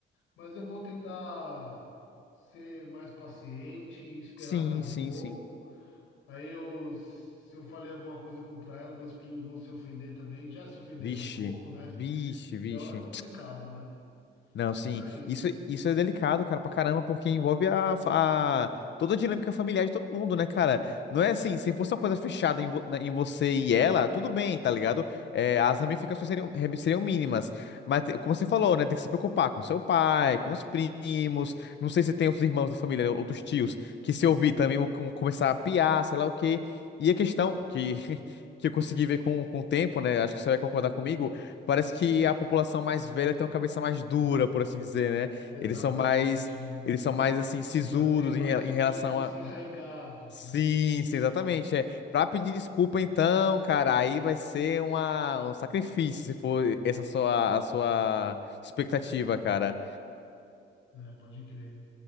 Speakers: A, on the left (about 85°); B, on the left (about 65°).
A: Mas eu vou tentar ser mais paciente e esperar
B: Sim,
A: mais
B: sim,
A: um pouco.
B: sim.
A: Aí eu, se eu falei alguma coisa contra ela, meus primos vão se ofender também. Já se ofenderam
B: Vixe,
A: um pouco, né?
B: vixe, vixe.
A: Então é complicado, né?
B: Não, sim.
A: Então é isso.
B: Isso, isso é delicado, cara, pra caramba, porque envolve a, a- toda a dinâmica familiar de todo mundo, né, cara? Não é assim, se fosse uma coisa fechada em, vo- na- em você e ela, tudo bem, tá ligado? É, as ramificações seriam, re- seriam mínimas. Mas, te- como você falou, né, tem que se preocupar com seu pai, com os primos. Não sei se tem outros irmãos da família, outros tios, que se ouvir também vão com- começar a piar, sei lá o quê. E a questão que. <laughs> Que eu consegui ver com, com o tempo, né? Acho que você vai concordar comigo Parece que a população mais velha tem uma cabeça mais dura, por assim dizer, né?
A: Exatamente,
B: Eles são mais,
A: né?
B: eles são mais assim sisudos
A: Já tem mais
B: em, re-
A: sentimentos
B: em relação a
A: enraigados,
B: Sim,
A: né?
B: sim, exatamente. É. Pra pedir desculpa, então, cara, aí vai ser uma, um sacrifício se for essa sua, a sua expectativa, cara.
A: É, pode crer.